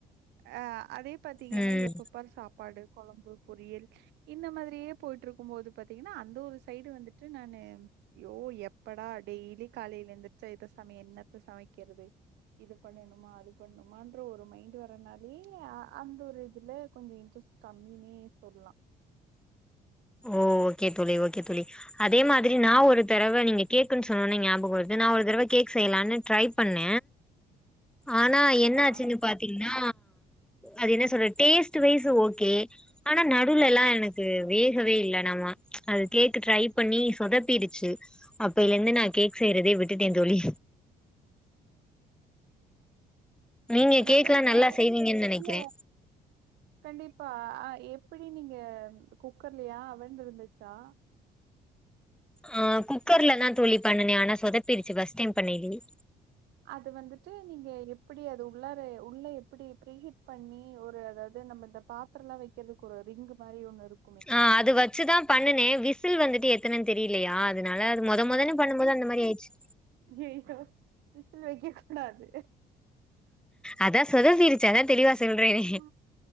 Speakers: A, on the right; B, in the centre.
A: அ அதே பார்த்தீங்கன்னா
B: ம்
A: எப்பப் பாரு சாப்பாடு குழம்பு பொரியல் இந்த மாதிரியே போயிட்டு இருக்கும்போது பாத்தீங்கன்னா அந்த ஒரு சைடு வந்துட்டு நானு ஐய்யோ எப்படா டெய்லி காலையில எந்திரிச்சா இத சமையல் என்னத்த சமைக்கிறது இது பண்ணணுமா அது பண்ணனுமான்ற ஒரு மைண்ட் வரனாலே அந்த ஒரு இதுல கொஞ்சம் இன்ட்ரெஸ்ட் கம்மினே சொல்லலாம்
B: ஓ ஓகே தோழி ஓகே தோழி அதே மாதிரி நான் ஒரு தடவை நீங்க கேக்குன்னு சொன்நோன ஞாபக வருது நான் ஒரு தடவை கேக் செய்யலாம்னு ட்ரை பண்ண ஆனா என்ன
A: ஆ
B: ஆச்சுன்னு
A: ஆ
B: பாத்தீங்கன்னா அது என்ன சொல்றது டேஸ்ட் வைஸ் ஓகே ஆனா நடுலல்லாம் எனக்கு வே கவே இல்ல அமா அது கேக் ட்ரை பண்ணி சொதப்பிடுச்சு அப்பைல இருந்து நா கேக் செய்யறதே விட்டுட்டேன் தோழி நீங்க
A: அதாவது
B: கேக்லா
A: வேற
B: நல்லா செய்வீங்கன்னு
A: எதுல
B: நெனைக்கிறே
A: கண்டிப்பா ஆ எப்டி நீங்க குக்கர்லையா அவண் இருந்துச்சா
B: ஆ குக்கர்ல தான் தோழி பண்ணனே ஆனா சொதப்பிருச்சு பஸ்ட் டைம் பண்ணையிலேயே
A: அது வந்துட்டு நீங்க எப்டி அது உள்ளார உள்ள எப்டி ப்ரீ ஹிட் பண்ணி ஒரு அதாவது நம்ம இந்த பாத்திரம்லாம் வைக்கிறதுக்கு ஒரு ரிங் மாரி ஒண்ணு இருக்கும்
B: ஆ அது வச்சுதான் பண்ணனேன் விசில் வந்துட்டு எத்தனைன்னு தெரியலையா அதனால முத முதல பண்ணும்போது அந்த மாரி ஆயிடுச்சு
A: ஏங்க விசில் வைக்க கூடாது
B: அதா சொதப்பிடுச்சு அதா தெளிவா சொல்றேனே
A: ஆ